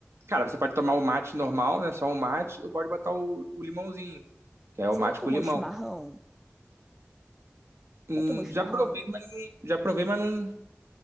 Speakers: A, on the right; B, in the centre.
A: Cara, você pode tomar o mate normal, né? Só o mate, ou pode botar o, o limãozinho, que é o
B: Você
A: mate
B: já tomou
A: com limão.
B: chimarrão?
A: Hum,
B: Já tomou chimarrão?
A: já provei, mas não, já provei, mas não,